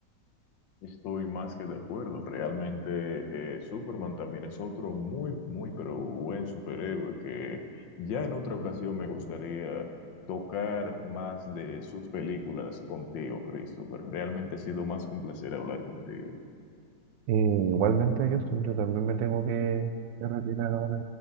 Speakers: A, on the left (about 80°); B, on the right (about 80°).
A: Estoy más que de acuerdo. Realmente eh, Superman también es otro muy, muy, pero buen superhéroe que ya en otra ocasión me gustaría tocar más de sus películas contigo, Cristo, pero realmente ha sido más que un placer hablar contigo.
B: Eh, igualmente, Justin, yo también me tengo que que retirar ahora.